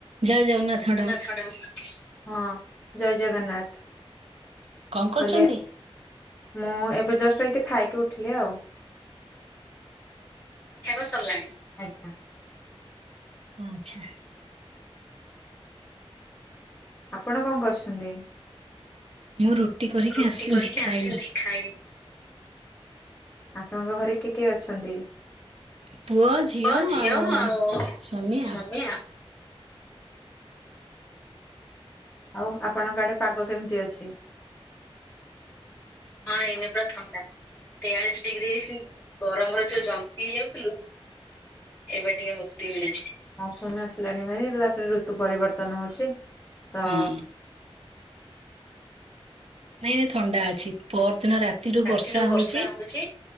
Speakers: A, on the right (about 80°); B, on the left (about 15°).
A: ଜୟ ଜଗନ୍ନାଥ ମ୍ୟାଡ଼ାମ
B: ନଛାଡୁ, ହଁ ଜୟ ଜଗନ୍ନାଥ।
A: କଣ କରୁଛନ୍ତି?
B: କହିଲେ ମୁଁ ଏବେ ଜଷ୍ଟ ଏଇତି ଖାଇକି ଉଠିଲି ଆଉ। ଖାଇବା ସରିଲାଣି? ଆଜ୍ଞା।
A: ହଁ ଆଚ୍ଛା।
B: ଆପଣ କଣ କରୁଛନ୍ତି?
A: ମୁଁ ରୁଟି କରିକି
B: ରୁଟି
A: ଆସିଲି,
B: କରିକି
A: ଖାଇବି।
B: ଆସିଲି ଖାଇବି। ଆପଣଙ୍କ ଘରେ କିଏ କିଏ ଅଛନ୍ତି? <unintelligible>
A: ପୁଅ ଝିଅ ଆଉ ସ୍ଵାମୀ ଆଉ
B: ଆଉ ଆପଣଙ୍କ ଆଡ଼େ ପାଗ କେମିତି ଅଛି? ହଁ ଏଇନେ ପୁରା ଥଣ୍ଡା। ତେୟାଳିଶ ଡ଼ିଗ୍ରୀ ଗରମରେ ଯଉ ଜନ୍ତି ହେଇଯାଉଥିଲୁ ଏବେ ଟିକେ ମୁକ୍ତି ମିଳିଛି। ମୌସୁମୀ ଆସିଲାଣି ଭାରି ରାପରେ ଋତୁ ପରିବର୍ତ୍ତନ ହଉଛି ତ
A: ହଁ ଏଇନେ ଥଣ୍ଡା ଅଛି। ପରଦିନ ରାତିରୁୁ
B: ରାତିରୁ
A: ବର୍ଷା ହଉଚି।
B: ହଉଛି